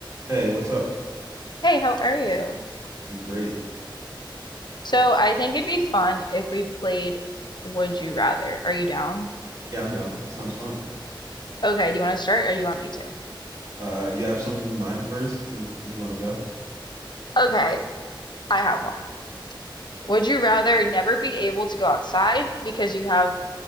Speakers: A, on the right; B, on the left.
A: Hey, what's up?
B: Hey, how are you?
A: I'm great.
B: So I think it'd be fun if we played Would You Rather. Are you down?
A: Yeah, I'm down. Sounds fun.
B: Okay, do you want to start or do you want me to?
A: Uh, you have something in mind first? You, if you want to go.
B: Okay, I have one. Would you rather never be able to go outside because you have,